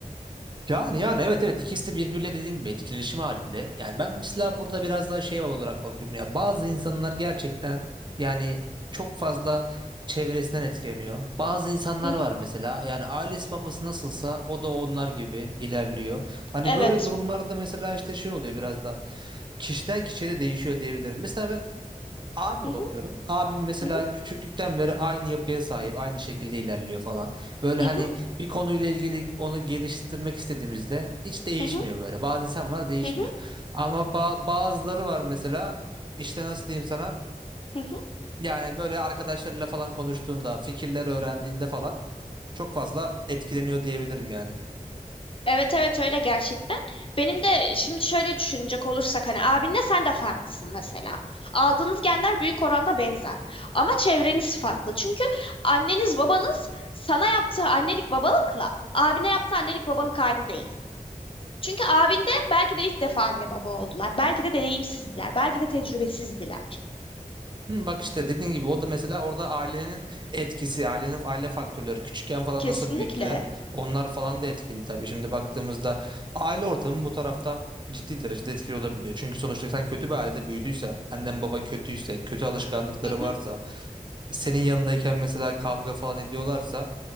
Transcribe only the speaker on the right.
yani yani evet evet ikisi de birbiriyle dediğin gibi etkileşim halinde. Yani ben mesela burada biraz daha şey olarak bakıyorum ya bazı insanlar gerçekten yani çok fazla çevresinden etkileniyor. Bazı insanlar
var mesela yani ailesi babası nasılsa o da onlar gibi ilerliyor. Hani
böyle durumlarda mesela işte şey oluyor biraz da kişiden kişiye de değişiyor diyebilirim. Mesela ben Abime
bakıyorum. Abim mesela
küçüklükten beri aynı yapıya sahip, aynı şekilde ilerliyor falan. Böyle
hani
bir konuyla ilgili onu geliştirmek istediğimizde hiç değişmiyor
böyle. Bazı insan var değişmiyor.
Ama ba- bazıları var mesela işte nasıl diyeyim sana?
Yani böyle arkadaşlarıyla falan konuştuğunda, fikirler öğrendiğinde falan çok fazla etkileniyor diyebilirim yani.
Hı, bak işte dediğin gibi o da mesela orada ailenin etkisi, ailenin aile faktörleri küçükken falan
nasıl büyüttüler onlar falan da etkili tabii. Şimdi baktığımızda aile ortamı bu tarafta ciddi derecede etkili olabiliyor. Çünkü sonuçta sen kötü bir ailede büyüdüysen, annen baban kötüyse, kötü alışkanlıkları
varsa, senin yanındayken mesela kavga falan ediyorlarsa